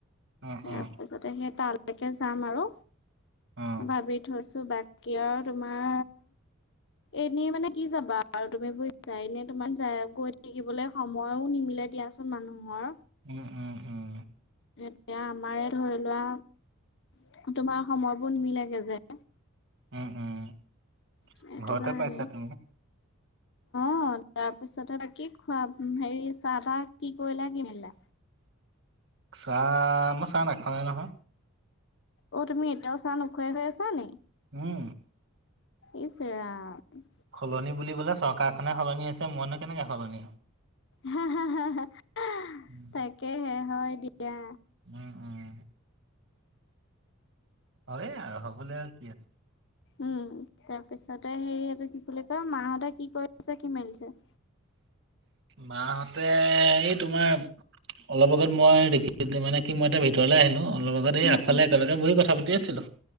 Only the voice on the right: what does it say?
অ
অ
অ
উম উম উম।
উম উম।
ঘৰতে
পাইছা তুমি?
চাহ মই চাহ নাখাওয়ে নহয়!
উম।
সলনি বুলিবলে চৰকাৰখনে সলনি হৈছে। মইনো কেনেকে সলনি হ'ম!
হ'ম।
উম উম। হয় আৰু। হ'বলৈ আৰু কি আছে।
মাহঁতে এই তোমাৰ অলপ আগত মই দেখি, মানে কি মই এতিয়া ভিতৰলে আহিলো। অলপ আগত এই
আগফালে
একেলগে বহি কথা পাতি আছিলো।